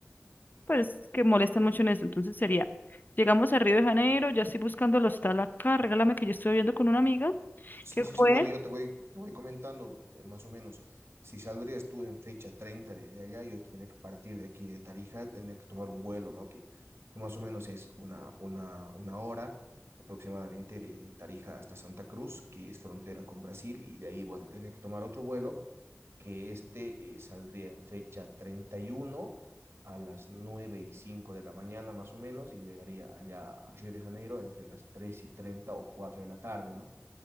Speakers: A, on the left; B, on the right.
A: pues que molestan mucho en eso. Entonces sería, llegamos a Río de Janeiro, ya estoy buscando el hostal acá, regálame que yo estoy viendo con una amiga
B: Sí,
A: que
B: sí,
A: fue,
B: sí, bueno, yo te voy, te voy comentando eh, más o menos. Si saldrías tú en fecha 30 de, de allá, yo tendría que partir de aquí de Tarija, tendría que tomar un vuelo, ¿no? Que, que más o menos es una, una, una hora aproximadamente de, de Tarija hasta Santa Cruz, que es frontera con Brasil, y de ahí, bueno, tendría que tomar otro vuelo, que este eh, saldría en fecha 31 a las nueve y cinco de la mañana más o menos, y llegaría allá a Río de Janeiro entre las 3 y 30 o 4 de la tarde, ¿no?